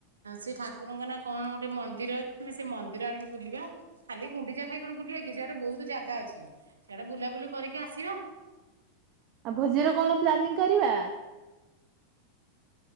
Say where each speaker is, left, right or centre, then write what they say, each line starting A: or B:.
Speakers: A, on the right; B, on the right.
A: ସେ ଠାକୁରଙ୍କ ନା କଣ ଗୋଟେ ମନ୍ଦିର ଅ ଆମେ ସେ ମନ୍ଦିର ଆଡେ ବି ବୁଲିବା। ଖାଲି ଗୁଣ୍ଡିଚା ଖାଇ କଣ ବୁଲିବା କି ସେଆଡେ ବହୁତ ଜାଗା ଅଛି ସିଆଡେ ବୁଲାବୁଲି କରିକି ଆସିବା।
B: ଆଉ ଭୋଜିର କଣ ପ୍ଲାନିଂ କରିବା?